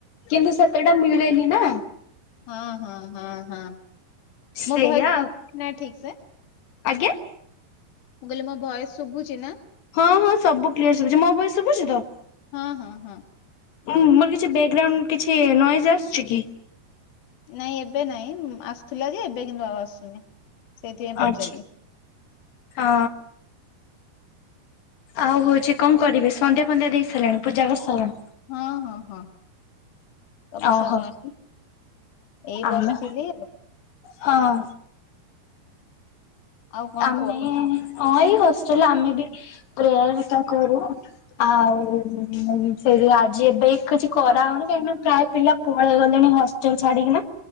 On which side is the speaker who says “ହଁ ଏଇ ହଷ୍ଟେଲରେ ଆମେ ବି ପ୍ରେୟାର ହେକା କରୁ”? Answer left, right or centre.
Left